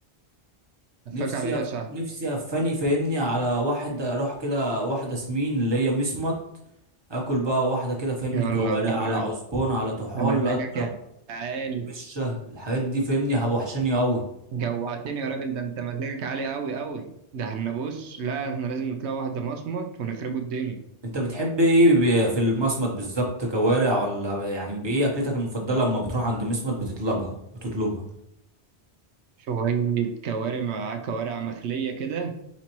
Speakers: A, on the right; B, on the right.
A: هفاك
B: نفسي
A: على ايه
B: هف...
A: يا صاحبي
B: نفسي هفاني فاهمني على واحد اروح كده واحده سمين اللي هي مسمط اكل بقى واحده كده فاهمني
A: يلا
B: كوارع
A: بينا
B: على عزبون على طحال
A: ده مزاجك
B: اضرب
A: يا عالي.
B: بشه الحاجات دي فاهمني هب- وحشاني قوي
A: جوعتني يا راجل ده انت مزاجك عالي قوي قوي ده احنا بص لا احنا لازم نطلع واحدة مصمت ونخربوا الدنيا
B: انت بتحب ايه ب- في المصمت بالظبط كوارع ولا ب- يعني بايه اكلتك المفضله اما بتروح عند مسمط بتطلبها بتطلبها
A: شوية كوارع مع كوارع مخلية كده